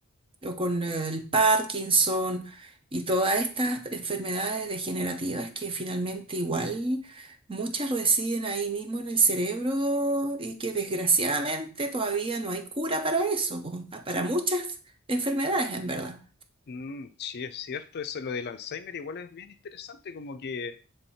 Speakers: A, on the right; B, on the left.
A: o con el Parkinson y todas estas enfermedades degenerativas que finalmente igual muchas residen ahí mismo en el cerebro y que desgraciadamente todavía no hay cura para eso, po, para muchas enfermedades en verdad.
B: Mm, sí, es cierto, eso lo del Alzheimer igual es bien interesante, como que